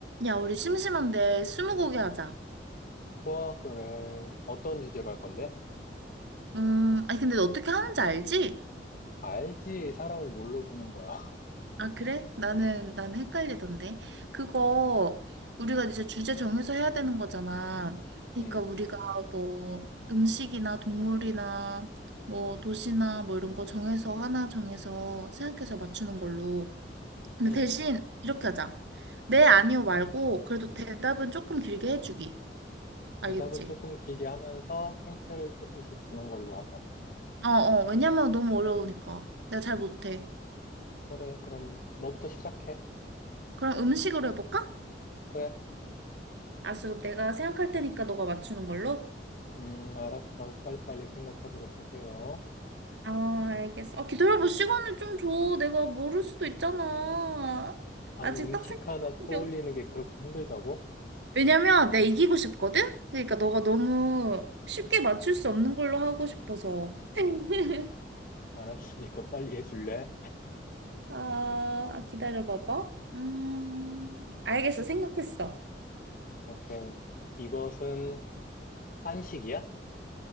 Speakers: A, on the right; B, on the left.
A: 야, 우리 심심한데 스무고개 하자.
B: 좋아, 그래. 어떤 주제로 할 건데?
A: 음, 아니 근데 너 어떻게 하는지 알지?
B: 알지, 사람을 뭘로 보는 거야. <laughs>
A: 아, 그래? 나는 나는 헷갈리던데. 그거 우리가 이제 주제 정해서 해야 되는 거잖아. 그러니까
B: 음,
A: 우리가 뭐 음식이나 동물이나 뭐 도시나 뭐 이런 거 정해서 하나 정해서 생각해서 맞추는 걸로. 근데
B: 음.
A: 대신 이렇게 하자. 네, 아니요 말고 그래도 대답은 조금 길게 해주기. 알겠지?
B: 대답을 조금 길게 하면서 힌트를 조금씩 주는 걸로 하자.
A: 어어, 왜냐면 너무 어려우니까. 내가 잘
B: 음,
A: 못해.
B: 그래, 그럼 너부터 시작해.
A: 그럼 음식으로 해볼까?
B: 그래,
A: 알았어. 그럼 내가 생각할 테니까 너가 맞추는 걸로?
B: 음, 알았어. 빨리빨리 생각하도록 하세요.
A: 아, 알겠어. 아, 기다려봐. 시간을 좀 줘. 내가 모를 수도 있잖아.
B: 아니,
A: 아직
B: 음식
A: 딱 생각나는
B: 하나 떠올리는
A: 게 없-
B: 게 그렇게 힘들다고?
A: 왜냐면 내가 이기고 싶거든? 그러니까 너가 너무 쉽게 맞출 수 없는 걸로 하고 싶어서. <laughs>
B: 알았으니까 <laughs> 빨리 해줄래?
A: 아, 아, 기다려봐봐. 음, 알겠어. 생각했어.
B: 오케이. 이것은 한식이야?